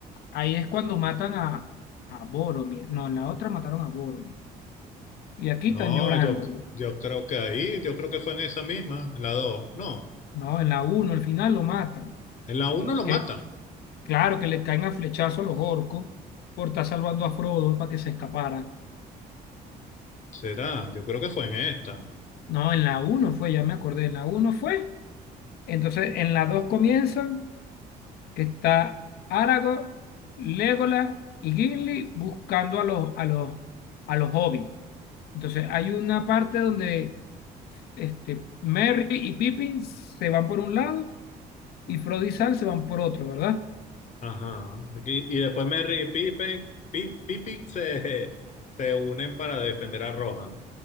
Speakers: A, on the left; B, on the left.
A: ahí es cuando matan a, a Boromir. No, en la otra mataron a Boromir. Y aquí
B: No,
A: están llorándolo.
B: yo, yo creo que ahí, yo creo que fue en esa misma, en la dos. No,
A: No, en la uno, al final lo matan.
B: en la uno lo
A: ¿Qué,
B: matan.
A: Claro que le caen a flechazo los orcos por estar salvando a Frodo para que se escapara.
B: Será, yo creo que fue en esta.
A: No, en la uno fue, ya me acordé, en la uno fue. Entonces, en la 2 comienzan que está Aragorn, Legolas y Gimli buscando a los, a los, a los hobbits. Entonces, hay una parte donde este, Merry y Pippin se van por un lado y Frodo y Sam se van por otro, ¿verdad?
B: Ajá. Y, y después Merry y Pippin, Pi- Pippin se, <laughs> se unen para defender a Rohan.